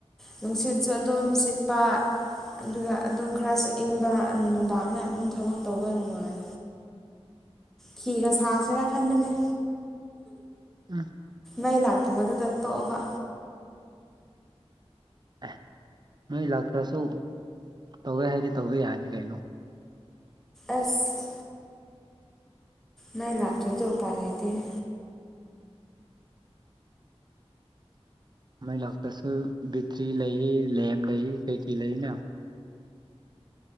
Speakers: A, in the centre; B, on the right (about 45°).
A: ꯅꯨꯡꯁꯤꯠꯁꯨ ꯑꯗꯨꯝ ꯁꯤꯠꯄ ꯑꯗꯨꯒ ꯑꯗꯨꯝ ꯈꯔꯁꯨ ꯏꯪꯕ ꯅꯨꯡꯗꯥꯡꯅ ꯑꯗꯨꯝ ꯊꯕꯛ ꯇꯧꯕ ꯅꯨꯡꯉꯥꯏ ꯐꯤꯒ ꯁꯥꯥꯁꯦꯔ ꯈꯟꯗꯅꯦ
B: ꯎꯝ
A: ꯃꯩ ꯂꯥꯛꯇꯕ ꯑꯗꯨꯗ ꯇꯣꯛꯑꯕ
B: ꯑꯦ ꯅꯣꯏ ꯂꯥꯛꯇ꯭ꯔꯁꯨ ꯇꯧꯒꯦ ꯍꯥꯏꯗꯤ ꯇꯧꯕ ꯌꯥꯅꯤ ꯀꯩꯅꯣ
A: ꯑꯁ ꯃꯩ ꯂꯥꯛꯇ꯭ꯔꯗꯤ ꯎꯄꯥꯏ ꯂꯩꯇꯦꯍꯦ
B: ꯃꯩ ꯂꯥꯛꯇꯁꯨ ꯕꯦꯠꯇ꯭ꯔꯤ ꯂꯩꯔꯤ ꯂꯦꯝ ꯂꯩꯔꯤ ꯀꯩꯀꯩ ꯂꯩꯅ